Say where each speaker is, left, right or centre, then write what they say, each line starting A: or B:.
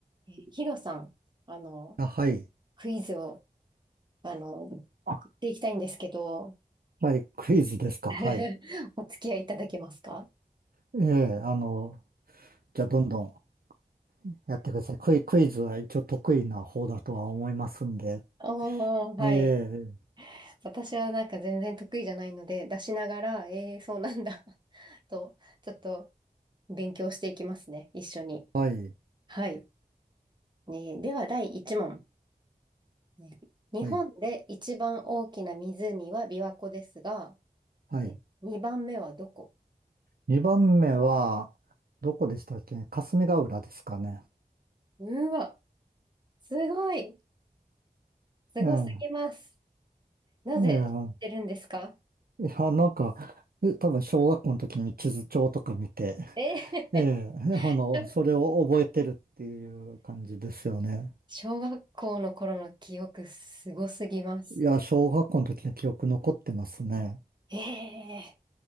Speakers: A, on the right (about 30°); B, on the right (about 70°).
A: えーヒロさん、あの、
B: あ、はい。
A: クイズを、あの、言っ
B: あ、
A: ていきたいんですけど、
B: はい。クイズですか。
A: <laughs>
B: はい。
A: お付き合いいただけますか
B: ええ、あの、じゃあ、どんどんやってください。クイ、クイズは一応得意な方だとは思いますんで。
A: おー、はい。
B: ええ、
A: 私はなんか全然得意じゃないので、出しながら、えー、そうなんだ <laughs> と、ちょっと勉強していきますね、一緒に。
B: はい。
A: はい。ねでは、第1問。ね日本で一番大きな湖は琵琶湖ですが、
B: はい。はい。
A: え、2番目はどこ
B: 2番目は、どこでしたっけ霞ヶ浦ですかね。
A: うわ、すごい、すごすぎます。
B: ええ、
A: なぜ知ってるんですか
B: ええ、いや、なんか、え多分小学校の時に地図帳とか見て、
A: えー
B: ええ、あの、
A: <laughs>
B: それを覚えてるっていう感じですよね。
A: 小学校の頃の記憶すごすぎます。
B: いや、小学校の時の記憶残ってますね。
A: ええ